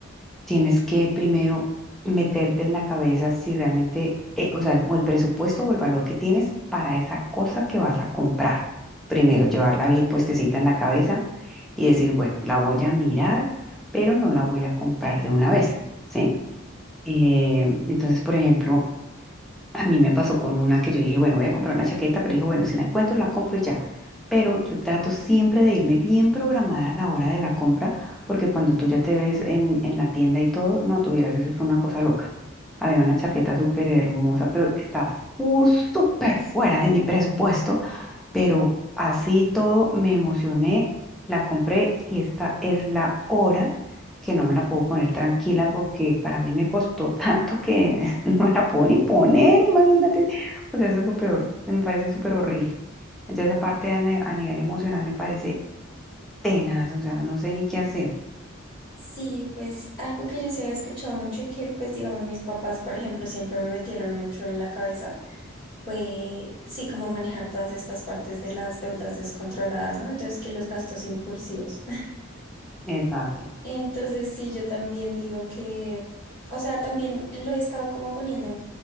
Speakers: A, in the centre; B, on the left.
A: tienes que primero meterte en la cabeza si realmente, eh, o sea, el, o el presupuesto o el valor que tienes para esa cosa que vas a comprar. Primero, llevarla bien puestecita en la cabeza y decir, bueno, la voy a mirar, pero no la voy a comprar de una vez. ¿sí? Eh, entonces, por ejemplo, a mí me pasó con una que yo dije, bueno, voy a comprar una chaqueta, pero dije, bueno, si la encuentro, la compro y ya. Pero yo trato siempre de irme bien programada a la hora de la compra, porque cuando tú ya te ves en, en la tienda y todo, no tuvieras, eso es una cosa loca. Había una chaqueta súper hermosa, pero estaba su- súper fuera de mi presupuesto pero así todo me emocioné, la compré y esta es la hora que no me la puedo poner tranquila porque para mí me costó tanto que <laughs> no me la puedo ni poner, imagínate.
B: Mm.
A: O sea, eso es lo peor, me parece súper horrible. Entonces, aparte a, ni- a nivel emocional me parece tenaz, o sea, no sé ni qué hacer.
B: Sí, pues algo que yo sí había escuchado mucho y que pues digamos mis papás, por ejemplo, siempre me metieron mucho en la cabeza fue, sí, como manejar todas estas partes de las deudas descontroladas, ¿no? Entonces, que los gastos impulsivos.
A: Exacto.
B: Entonces sí, yo también digo que, o sea, también lo he estado como poniendo en,